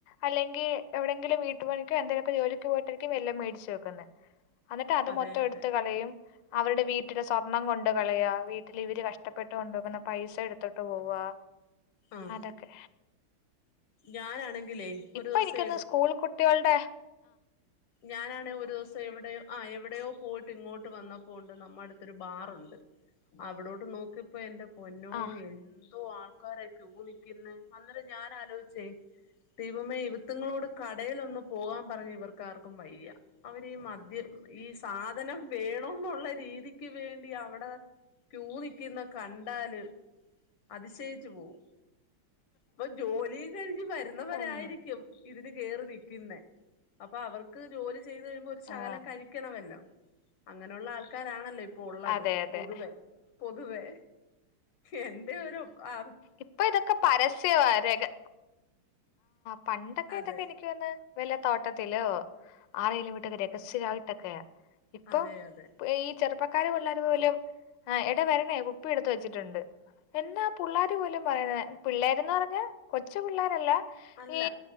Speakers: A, on the left; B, on the left.
A: അല്ലെങ്കി എവിടെങ്കിലും വീട്ടുപണിക്കോ എന്തേലൊക്കോ ജോലിക്ക് പോയിട്ടാരിക്കും വല്ലോം മേടിച്ച് വെക്കുന്നത് അന്നിട്ട് അത്
B: അതെ
A: മൊത്തം
B: അതെ
A: എടുത്ത് കളയും അവരുടെ വീട്ടിലെ സ്വർണം കൊണ്ട് കളയ വീട്ട് തിലെ ഇവര് കഷ്ടപ്പെട്ട് കൊണ്ടോക്കുന്ന പൈസ എടുത്തിട്ട് പോവുവാ
B: ആഹ്
A: അതൊക്കെ
B: ഞാനാണെങ്കിലേ ഒരു
A: ഇപ്പ
B: ദിവസേ
A: എനിക്കു തോന്നുന്നു സ്കൂൾ കുട്ട് ട്ടികൾടെ
B: ഞാനാണെ ഒരു ദിവസം എവിടെയോ ആഹ് എവിടെയോ പോയിട്ടിങ്ങോട്ട് വന്നപ്പോണ്ട് നമ്മടടുത്തൊരു ബാറുണ്ട് അവിടോട്ടെ നോക്കിയപ്പം എന്റെ പൊന്നോ
A: ആ
B: എന്തോ ആൾക്- കൊറേ ക്യു നിക്കുന്ന് അന്നേരം ഞാൻ ആലോചിച്ചേ ദൈവമേ ഇവുത്തുങ്ങളോട് കടയിൽ ഒന്നു പോകാൻ പറഞ്ഞാ ഇവർക്ക് ക്കാർക്കും വയ്യ അവരീ മദ്യം ഈ സാധനം വേണോന്നുള്ള രീതിക്ക് വേണ്--‌ ടി അവിടെ ക്യൂ നിക്കുന്ന് കണ്ടാല് അത്ശയിച്ചു പോകും. അപ്പം ജോലി. ഇതു കഴിഞ്ഞ് വരുന്നവരായിരിക്കും
A: ഉം
B: ഇതിന് കേറി നിക്കുന്നെ അപ്പ അവർക്ക് ജോലി ചെയ്ത് കഴിയുമ്പ ഒരു ശകലം
A: ആ
B: കഴിക്കണമല്ലോ അങ്ങനുള്ള ആൾക്കാരാണല്ലോ ഇപ്പ് പ്പൊള്ളത്
A: അതെ അതെ
B: പൊതുവേ പൊതുവേ എന്റെ ഒരു അ
A: ഇപ്പ ഇതൊക്കെ പരസ്യമാ രഹ പണ്ടൊക്കെ
B: അതെ
A: ഇതൊക്കെ എനിക്ക് യ്ക്കു തോന്നുന്നു വല്ല തോട്ടത്തിലോ ആരേലും വിട്ടൊക്കെ രഹസ്യായിട്ടൊക്കെയാ ഇപ്പൊ
B: അതെ അതെ
A: പൊഈ ചെറുപ്പക്കാര് പിള്ളേരു പോലും എടാ വരണേ കുപ്പി എടുത്ത് വെച്ചിട്ടുണ്ട് എന്നാ പുള്ളേരെ പോലും പറയുന്നേ പിള്ളേരെന്ന് പറഞ്ഞാ കൊച്ചു പിള്ളേരല്ല
B: അല്ല
A: ഈ